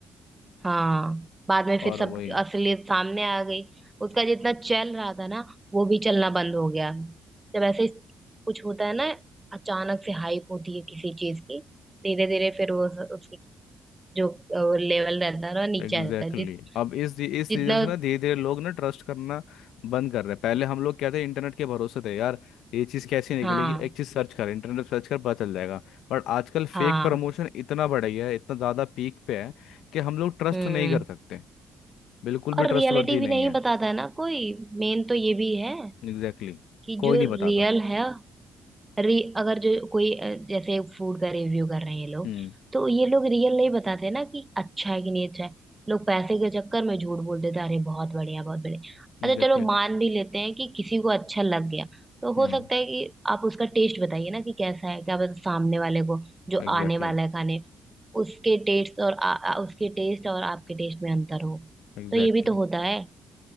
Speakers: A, on the right; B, on the left.
A: हाँ बाद में
B: और
A: फिर सब
B: वही
A: असलियत सामने आ गई उसका जितना चल रहा था ना वो भी चलना बंद हो गया जब ऐसे कुछ होता है ना अचानक से हाइप होती है किसी चीज की धीरे धीरे फिर वो उस- उसकी जो लेवल रहता है ना नीचे
B: एग्जैक्टली
A: आ जाता है जित
B: exactly. अब इस इस
A: जितना
B: सीजन से ना धीरे धीरे लोग ना ट्रस्ट करना बंद कर रहे हैं पहले हम लोग क्या थे इंटरनेट के भरोसे थे यार ये चीज़ कैसी निकलेगी
A: हाँ
B: एक चीज़ सर्च कर इंटरनेट सर्च कर पता चल जाएगा बट आजकल
A: हाँ
B: फेक प्रमोशन इतना बढ़ गया है इतना ज़्यादा पीक पे है कि हम लोग ट्रस्ट
A: हम्म
B: नहीं कर सकते बिल्कुल
A: और
B: भी ट्रस्टवर्दी
A: रियलिटी भी
B: नहीं
A: नहीं
B: है
A: बताता है ना कोई मेन तो ये भी है
B: Exactly exactly.
A: कि
B: कोई
A: जो
B: नहीं बताता
A: रियल है री अगर जो कोई अ, जैसे फूड का रिव्यू कर रहे हैं ये लोग
B: Hmm
A: तो ये लोग रियल नहीं बताते ना कि अच्छा है कि नहीं अच्छा है लोग पैसे के चक्कर में झूठ बोल देते हैं, अरे बहुत बढ़िया बहुत बढ़िया अच्छा
B: Exactly
A: चलो मान भी लेते हैं कि किसी को अच्छा लग गया तो
B: Hmm
A: हो सकता है कि आप उसका टेस्ट बताइए ना कि कैसा है क्या पता सामने वाले को जो
B: Exactly
A: आने वाला है खाने उसके टेस्ट और आ, आ, उसके टेस्ट और आपके टेस्ट में अंतर हो
B: Exactly
A: तो ये भी तो होता है